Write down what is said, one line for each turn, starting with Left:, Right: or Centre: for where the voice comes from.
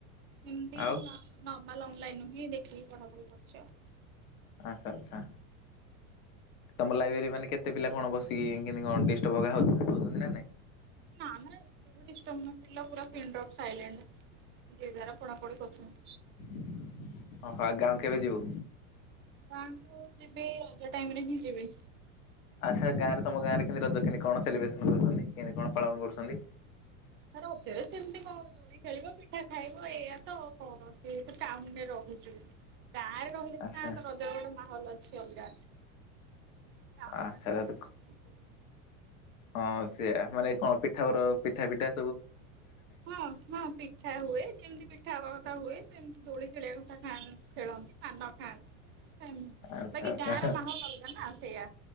Right: ଏମତି
Left: ଆଉ
Right: ନା ନର୍ମାଲ ଅନଲାଇନ ହିଁ ଦେଖିକି ପଢା ପଢି କରୁଛି ଆଉ।
Left: ଆଛା ଆଚ୍ଛା। ତମ ଲାଇବ୍ରେରୀ ମାନେ କେତେ ପିଲା କଣ ବିସିକି କେମିତି କଣ ଡିଷ୍ଟବ ହୋଗା ହୋଉଛନ୍ତି ହୋଉଛନ୍ତି ନା ନାଇଁ।
Right: ନା ନା ଏତେ ବି ଡିଷ୍ଟର୍ବ ନୁୱେ ପିଲା ପୁରା ପିନ୍ଡପ ସାଇଲେଣ୍ଟ ଯେ ଯାରା ପଢାପଢି କରୁଛନ୍ତି।
Left: <inaudible> ଓହୋ ଗାଁ କୁ କେବେ ଯିବୁ?
Right: ଗାଁଙ୍କୁ ଯିବି ରଜ ଟାଇମ୍ ରେ ହିଁ ଯିବି।
Left: ଆଚ୍ଛା ଗାଁରେ ତମ ଗାଁରେ କେମିତି ରଜ କେମିତି କଣ ସେଲିବ୍ରେସନ କରୁଛନ୍ତି। କେମିତି କଣ ପାଳନ କରୁଛନ୍ତି?
Right: ଆରେ ରଜରେ ସେମିତି କଣ ଦୋଳି ଖେଳିବ ପିଠା ଖାଇବ ଏଇଆ ତ କଣ ଅଛି ତ ଟାଉନରେ ରହୁଛ ଗାଁରେ ରହିଲେ
Left: ଆଚ୍ଛା
Right: ସିନା ରଜର ଗୋଟେ ମାହଲ ଅଛି ଅଲଗା। ଟାଉନରେ
Left: ଆ ସେଟାଖ
Right: ରହିଲେ କଣ ଅଳ୍ପ
Left: ହଁ ସେଇଆ ମାନେ କଣ ପିଠାର ପିଠା ଫିଠା
Right: ହଁ ହଁ ପି ପିଠା ହୁଏ ଯେମିତି ପିଠା ହବା କଥା ହୁଏ ସେମତି ଦୋଳି ଖେଳିବା କଥା ଖା ଖେଳନ୍ତି ପାନ ଖାଆନ୍ତି। <inaudible>
Left: ଆଚ୍ଛା
Right: ବାକି
Left: ଆଚ୍ଛା।
Right: ଗାଁ ର ମାହୋଲ ଅଲଗା ନା ସେଇଆ।